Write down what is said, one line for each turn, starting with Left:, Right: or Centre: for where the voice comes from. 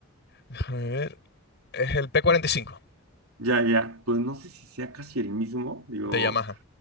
Left: Déjame ver. Es el P45
Right: ya, ya, pues no sé si sea casi el mismo, digo.
Left: de Yamaha.